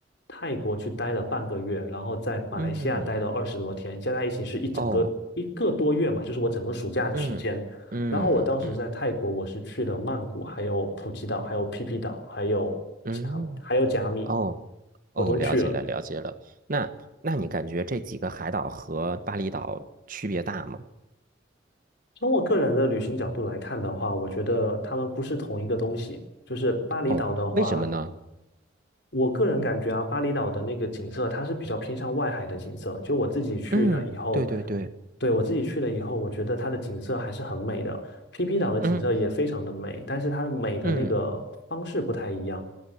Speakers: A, on the left; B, on the right.
A: 泰国去待了半个月，然后在马来西亚待了二十多天，
B: 嗯，
A: 加在一起是一整个一个多月嘛，
B: 哦，
A: 就是我整个暑假的时间。
B: 嗯嗯嗯
A: 然后我当时在泰国，我是去了曼谷，还有普吉岛，还有皮皮岛，还有甲，
B: 嗯。
A: 还有甲米，
B: 哦，
A: 我都去了。
B: 哦，了解了，了解了。那那你感觉这几个海岛和巴厘岛区别大吗？
A: 从我个人的旅行角度来看的话，我觉得他们不是同一个东西。就是巴厘岛的话，
B: 哦，为什么呢？
A: 我个人感觉啊，巴厘岛的那个景色，它是比较偏向外海的景色。就我自己去了以后，
B: 嗯，对对对，
A: 对，我自己去了以后，我觉得它的景色还是很美的。PP 岛的景色也非常的美，
B: 嗯
A: 但是它的美的那个方式不太一样。
B: 嗯